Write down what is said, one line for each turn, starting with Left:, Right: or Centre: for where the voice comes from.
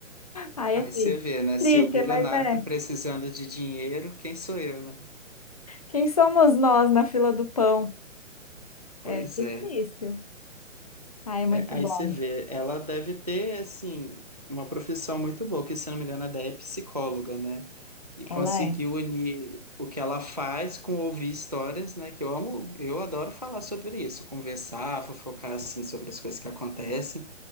Left: Ai,
Right: Aí
Left: é triste.
Right: você vê, né?
Left: Triste,
Right: Se o bilionário
Left: mas é.
Right: tá precisando de dinheiro, quem sou eu, né?
Left: Quem somos nós na fila do pão?
Right: Pois
Left: É difícil.
Right: é.
Left: Ah, é muito
Right: É, aí
Left: bom.
Right: você vê, ela deve ter, assim, uma profissão muito boa, que se eu não me engano, a ideia é psicóloga, né? E
Left: Ela
Right: conseguiu
Left: é.
Right: unir o que ela faz com ouvir histórias, né? Que eu amo, eu adoro falar sobre isso, conversar, fofocar, assim, sobre as coisas que acontecem.